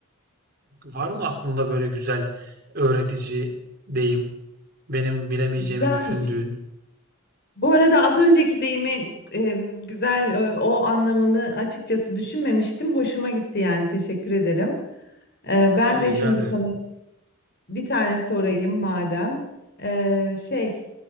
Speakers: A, on the right (about 45°); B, on the left (about 50°).
A: Var mı aklında böyle güzel öğretici deyim? Benim bilemeyeceğimi
B: Güzelmiş.
A: düşündüğün.
B: Bu arada az önceki deyimi e, güzel e, o anlamını açıkçası düşünmemiştim. Hoşuma gitti yani teşekkür ederim. E,
A: <laughs>
B: ben de
A: Rica
B: şimdi
A: ederim.
B: sana bir tane sorayım madem. E, şey